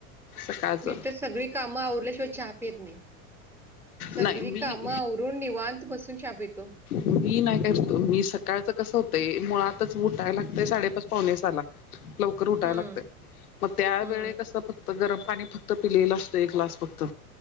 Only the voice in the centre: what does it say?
मी तर सगळी काम आवरल्या शिवाय चहा पीत नाही. सगळी
कामं औवरुण निवांत बसून चहा पितो.
हं,
हं,